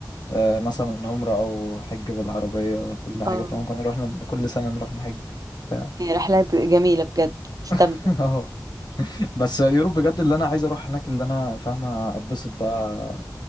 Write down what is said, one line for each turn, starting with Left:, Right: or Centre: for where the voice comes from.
Left: آه مثلا عمره او حج بالعربيه كل
Right: <laughs>
Left: حاجه
Right: اه
Left: فممكن نروح كل سنه نروح نحج بتاع.
Right: هي رحلات جميلة بجد استمتع
Left: <laughs> اه بس يوروب بجد اللي انا عايز اروح هناك اللي انا فاهمه اتبسط بقى